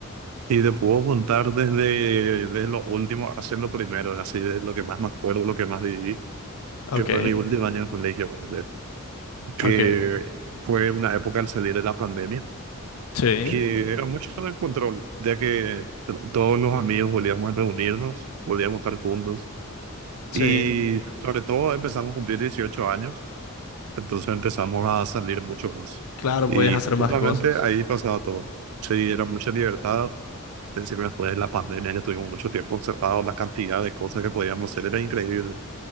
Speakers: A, on the right; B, on the left.
A: Y te puedo juntar desde, desde lo último, haciendo primero, así de lo que más me acuerdo, lo que más viví,
B: Ok,
A: que fue mi último año de colegio, ponele, que
B: ok.
A: fue una época al salir de la pandemia,
B: Sí,
A: que era mucho de control, ya que t- todos los amigos volvíamos a reunirnos, volvíamos a estar juntos, y
B: sí.
A: sobre todo empezamos a cumplir 18 años, entonces empezamos a salir mucho más.
B: Claro,
A: Y
B: puedes hacer
A: justamente
B: más cosas.
A: ahí pasaba todo. Sí, era mucha libertad Es decir, después de la pandemia que estuvimos mucho tiempo encerrados, la cantidad de cosas que podíamos hacer era increíble.